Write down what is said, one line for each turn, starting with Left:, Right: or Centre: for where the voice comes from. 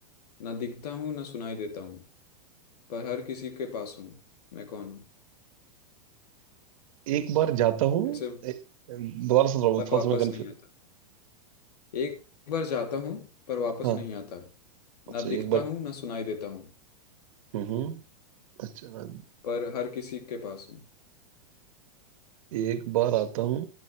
Left: ना दिखता हूँ ना सुनाई देता हूँ पर हर किसी के पास हूँ मैं कौन हूँ
Right: एक बार जाता हूँ
Left: फिर से
Right: दोबारा से दोबारा
Left: पर
Right: थोड़ा
Left: वापस
Right: सा मैं कंफ्यूज
Left: नहीं आता एक बार जाता हूँ पर वापस
Right: हाँ
Left: नहीं आता
Right: अच्छा
Left: ना
Right: एक
Left: दिखता
Right: बार
Left: हूँ ना सुनाई देता हूँ
Right: हम्म हम्म, अच्छा
Left: पर हर किसी के पास हूँ
Right: एक बार आता हूँ